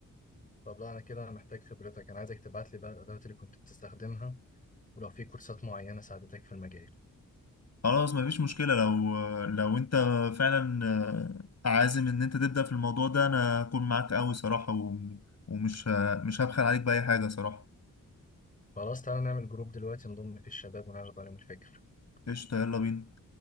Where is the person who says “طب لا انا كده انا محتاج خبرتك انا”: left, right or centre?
Left